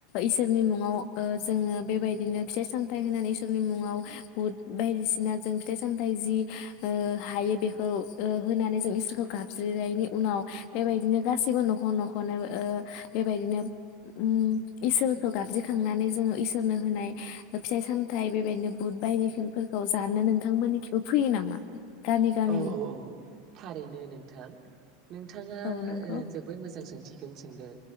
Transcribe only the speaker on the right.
औ
औ
औ औ औ थारैनो नोंथां नोंथाङा
ओ जोबोद मोजां सोंथि दों सोंदों।